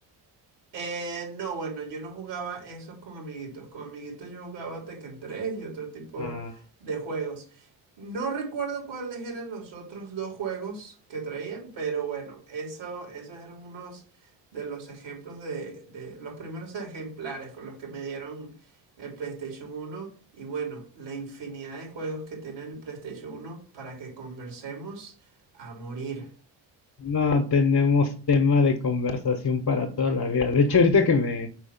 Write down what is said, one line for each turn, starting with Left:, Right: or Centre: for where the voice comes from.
Right: Eh, no, bueno, yo no jugaba esos con amiguitos. Con amiguitos yo jugaba Tekken tres y otro tipo
Left: Ah,
Right: de juegos. No recuerdo cuáles eran los otros dos juegos que traían, pero bueno, eso, esos eran unos de los ejemplos de, de los primeros ejemplares con los que me dieron el PlayStation uno Y bueno, la infinidad de juegos que tiene el PlayStation uno para que conversemos a morir.
Left: no tenemos tema de conversación para toda la vida. De hecho, ahorita que me,